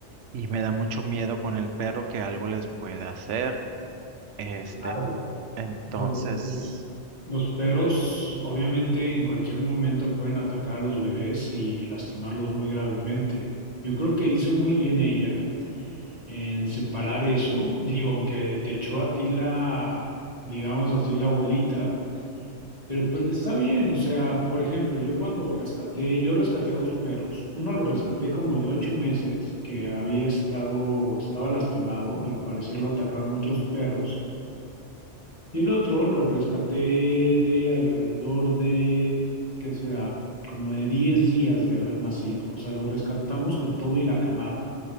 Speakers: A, on the right; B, on the left.
A: y me da mucho miedo con el perro que algo les pueda hacer. Este,
B: Claro,
A: entonces...
B: lo- los, Los perros, obviamente, en cualquier momento pueden atacar a los bebés y lastimarlos muy gravemente. Yo creo que hizo muy bien ella en separar eso. Digo, aunque te echó a ti la, digamos así, la bolita, pero pues está bien. O sea, por ejemplo, yo cuando rescaté, yo rescaté a dos perros. Uno lo rescaté como de ocho meses, que había estado, estaba lastimado. Al parecer lo atacaron otros perros. Y el otro lo rescaté de alrededor de, ¿qué será? Como de 10 días de haber nacido. O sea, lo rescatamos con todo y la camada.